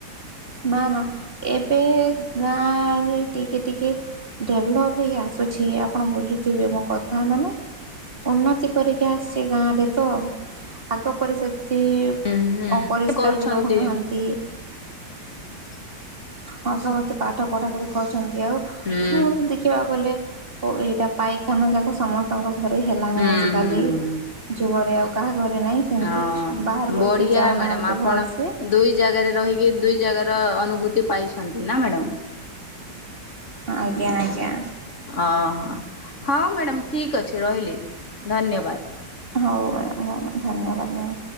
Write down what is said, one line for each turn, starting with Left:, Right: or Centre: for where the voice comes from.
Right: ନା ନା ଏବେ ଗାଁରେ ଟିକେ ଟିକେ ଡେଭଲପ ହେଇ ଆସୁଛି ଆପଣ ବୁଝୁଥିବେ ମୋ କଥା ମାନେ ଉନ୍ନତି କରିକି ଆସିଛି ଗାଁରେ ତ ଆଗ ପରି ସେ ଅତି
Left: କରୁଛନ୍ତି
Right: ଅପରିଷ୍କାର
Left: ହୁଁ କରୁଛନ୍ତି।
Right: ବି ରହୁନାହାନ୍ତି।
Left: ହ <inaudible>
Right: ହଁ ସମସ୍ତେ ପାଠ ପଢାପଢି କରଛନ୍ତି। ଆଉ
Left: ହୁଁ।
Right: ସମସ୍ତେ ଦେଖିବାକୁ ଗଲେ ଓ ଏଇଟା ପାଇଖାନ ଯାକ ସମସ୍ତଙ୍କ ଘରେ ହେଲାଣି
Left: ହୁଁ
Right: ଆଜିକାଲି
Left: ହୁଁ ହୁଁ
Right: ଯୁଗରେ ଆଉ କାହା ଘରେ ନାହିଁ ସେମିତି
Left: ହଁ
Right: ବାହାରକୁ
Left: ବଢିଆ
Right: କିଏ ଯାଉନାହାନ୍ତି
Left: ମ୍ୟାଡାମ ଆପଣ
Right: ଭଲସେ
Left: ଦୁଇ ଜାଗାରେ ରହିକି ଦୁଇ ଜାଗାର ଅ ଅନୁଭୂତି ପାଇଛନ୍ତି ନା ମ୍ୟାଡାମ୍।
Right: ଆଜ୍ଞା ଆଜ୍ଞା।
Left: ଅ ହ ହଁ ମ୍ୟାଡ଼ାାମ ଠିକ ଅଛି ରହିଲି ଧନ୍ୟବାଦ।
Right: ହଉ ମ୍ୟାଡ଼ାମ ହଉ ଧନ୍ୟବାଦ ମ୍ୟାଡ଼ାମ